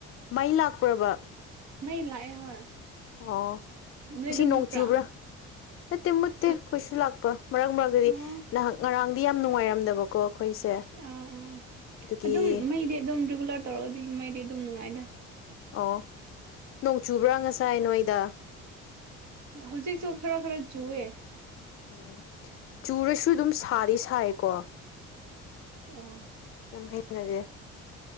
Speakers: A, on the left (about 45°); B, on the right (about 65°).
A: ꯃꯩ ꯂꯥꯛꯄ꯭ꯔꯥꯕ
B: ꯃꯩ ꯂꯥꯛꯑꯦ ꯍꯣꯏ
A: ꯑꯣ
B: ꯅꯣꯏꯗ
A: ꯉꯁꯤ ꯅꯣꯡ
B: ꯃꯨꯠꯄ꯭ꯔꯥ
A: ꯆꯨꯕ꯭ꯔꯥ ꯅꯠꯇꯦ ꯃꯨꯠꯇꯦ
B: ꯍꯣꯏ
A: ꯑꯈꯣꯏꯁꯨ ꯂꯥꯛꯄ ꯃꯔꯛ ꯃꯔꯛꯇꯗꯤ
B: ꯑꯣ
A: ꯅꯍꯥꯛ ꯉꯔꯥꯡꯗꯤ ꯌꯥꯝ ꯅꯨꯡꯉꯥꯏꯔꯝꯗꯕ ꯀꯣ ꯑꯩꯈꯣꯏꯁꯦ
B: ꯑꯥ ꯑꯥ
A: ꯑꯗꯨꯒꯤ
B: ꯑꯗꯨꯝ ꯃꯩꯗꯤ ꯑꯗꯨꯝ ꯔꯤꯒꯨꯂꯔ ꯇꯧꯔꯛ ꯑꯗꯤ ꯃꯩꯗꯤ ꯑꯗꯨꯝ ꯅꯨꯡꯉꯥꯏꯗ
A: ꯑꯣ ꯅꯣꯡ ꯆꯨꯕ꯭ꯔꯥ ꯉꯁꯥꯏ ꯅꯣꯏꯗ
B: ꯍꯧꯖꯤꯛꯁꯨ ꯈꯔ ꯈꯔ ꯆꯨꯑꯦ
A: ꯎꯝ ꯆꯨꯔꯁꯨ ꯑꯗꯨꯝ ꯁꯥꯗꯤ ꯁꯥꯏꯌꯦꯀꯣ
B: ꯑꯥ
A: ꯌꯥꯝ <unintelligible>